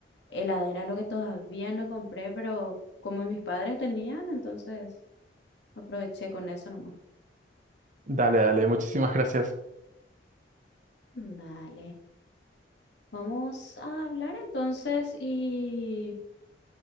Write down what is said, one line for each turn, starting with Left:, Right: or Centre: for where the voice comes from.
Left: Heladera, lo que todavía no compré, pero como mis padres tenían, entonces aproveché con eso nomás.
Right: Dale, dale, muchísimas gracias.
Left: Dale. Vamos a hablar entonces y